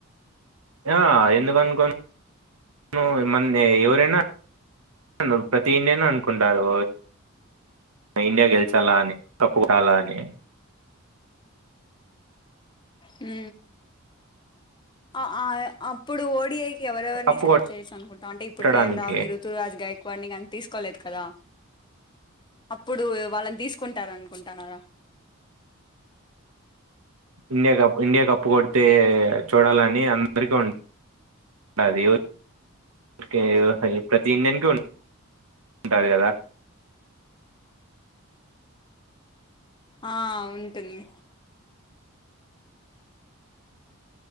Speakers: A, on the right; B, on the left.
A: ఆ ఎందుకనుకోను మన్ది ఎవరైనా అవును ప్రతి ఇండియన్ అనుకుంటారు. ఇండియా గెలిచాల్లా అని కప్పురాల్లా అని
B: హు అ ఆ ఆప్పుడు ఓడిఐ ఎవరెవరిని
A: కప్పు
B: సెలక్ట్ చేసు అనుకుంటాంటే
A: కొట్టడానికి
B: ఇప్పుడు కెల్ రాహుల్ని, రుతురాజ్, గైక్వాడ్ని కానీ తీసుకోలేదు. కదా అప్పుడు వాళ్ళని తీసుకుంటార అనుకుంటనారా
A: ఇండియా కప్ ఇండియా కప్ కొడితే చూడాలని అందరికీ ఉం టది కెయు అ ప్రతి ఇండియన్కి ఉన్ ఉంటాది కదా
B: ఆ ఉంటుంది